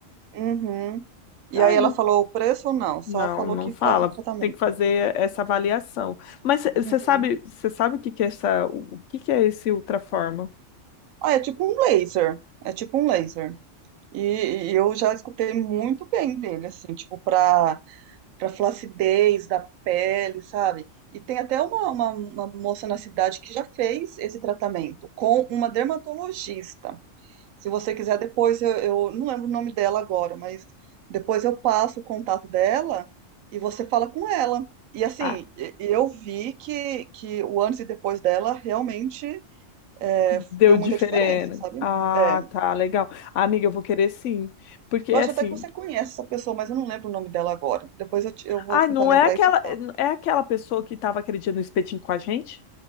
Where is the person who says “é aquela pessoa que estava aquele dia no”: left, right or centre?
Left